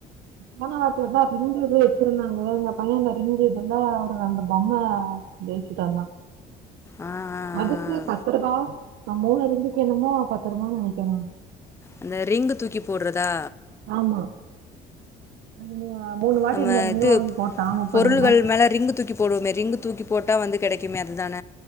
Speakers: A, on the right (about 85°); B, on the left (about 15°).
A: மன வாத்தியதா ரிங்கிது வச்சிருந்தாங்க எங்க பையன்ங்க ரிங்கியதுல ரெண்டு பொம்மை ஜெயிச்சிடானா
B: ஆ, ஆ, ஆ.
A: அதுக்கு பத்து ரூபா நா மூணுதுந்துகு என்னமோ பத்துருபான்னு ற நெனைக்கிறே
B: அந்த ரிங்கு தூக்கி போட்றதா
A: ஆமா <unintelligible> மூணு வாட்டி
B: நம்ம
A: இந்த ரிங்கு
B: இது
A: வாங்கி போட்டான் முப்பது
B: பொருள்கள்
A: ரூபா
B: மேல ரிங்கு தூக்கி போடுவோம ரிங்க் தூக்கி போட்டா வந்து கெடைக்குமே அது தான